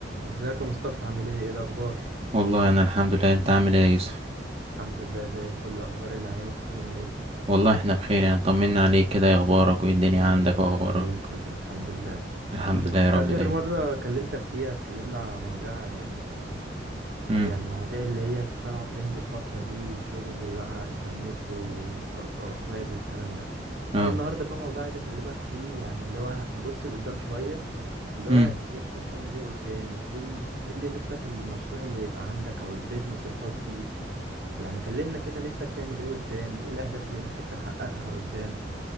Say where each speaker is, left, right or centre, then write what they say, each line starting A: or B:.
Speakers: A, on the right; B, on the right.
A: ازيك يا مصطفى عامل ايه ايه الاخبار
B: والله انا الحمد لله انت عامل ايه يا يوسف
A: الحمد لله زي الفل اخبار العيله الكريمه ايه
B: والله احنا بخير يعني طمنا عليك كده إيه اخبارك وايه الدنيا
A: الحمد
B: عندك
A: لله
B: واخبارك
A: زي الفل الحمد لله
B: الحمد لله يا رب
A: اخر
B: دايما
A: مره كلمتك فيها اتكلمنا على مواضيع يعني
B: امم
A: يعني مواضيع اللي هي طالعه ترند الفتره دي وشغل بقى انترنت و- واكواد والكلام ده
B: اه
A: في النهارده بقى موضوع عايز اكلمك فيه يعني اللي هو نبص لقدام شويه اللي
B: امم
A: هو نفسك تعمل ايه قدام ايه ال- إيه اللي نفسك المشروع اللي يبقى عندك او البيزنس الخاص بيك يعني كلمنا كده نفسك تعمل ايه قدام ايه الاهداف اللي نفسك تحققها قدام